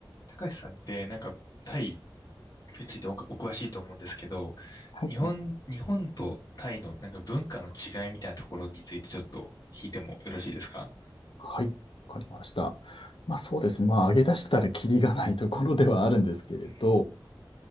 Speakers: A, on the left; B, on the left.
A: 高橋さんってなんかタイについてお、お詳しいと思うんですけど、
B: はい。
A: 日本、日本とタイのなんか文化の違いみたいなところについてちょっと聞いてもよろしいですか
B: はい。わかりました。まあそうですね。まあ上げ出したらキリがないところではあるんですけれど、
A: うん